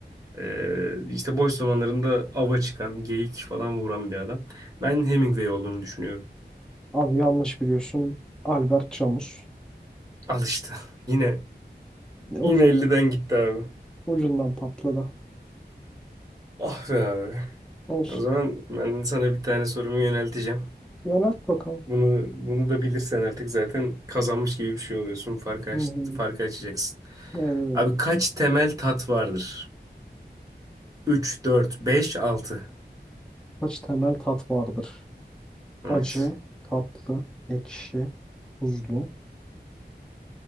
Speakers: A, on the right (about 20°); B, in the centre.
A: Ee, işte boş zamanlarında ava çıkan, geyik falan vuran bir adam. Ben Hemingway olduğunu düşünüyorum.
B: Abi yanlış biliyorsun. Albert Camus.
A: Al işte. <laughs> Yine
B: Ne Ucundan.
A: yine 50'den gitti abi.
B: Ucundan patladı.
A: Ah be abi.
B: Olsun.
A: O zaman ben sana bir tane sorumu yönelteceğim.
B: Yönelt bakalım.
A: Bunu bunu da bilirsen artık zaten kazanmış gibi bir şey oluyorsun. Farkı aç,
B: Hı hı.
A: farkı açacaksın.
B: Evet. evet.
A: Abi kaç temel tat vardır? üç dört beş altı
B: Kaç temel tat vardır?
A: Evet.
B: Acı, tatlı, ekşi, tuzlu.